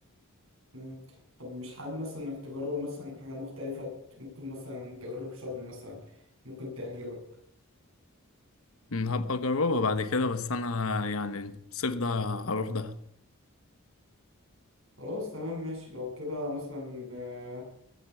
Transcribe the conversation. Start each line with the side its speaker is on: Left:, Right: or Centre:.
Right: مم. طب مش حابب مثلا انك تجرب مثلا حاجة مختلفة ممكن مثلا تجرب شرم مثلا ممكن تعجبك
Left: أمم، هبقى أجربها بعد كده بس أنا يعني الصيف ده هروح ده
Right: خلاص تمام ماشي لو كده مثلا آه،